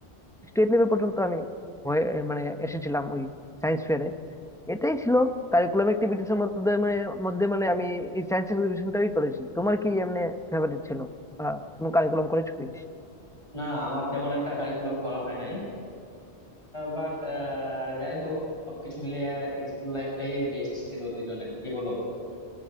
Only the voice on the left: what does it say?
না আমার তেমন একটা কারিকুলাম করা হয় নাই বাট যাই হোক সবকিছু মিলিয়ে স্কুল লাইফটাই বেস্ট ছিল দুজনের কি বলো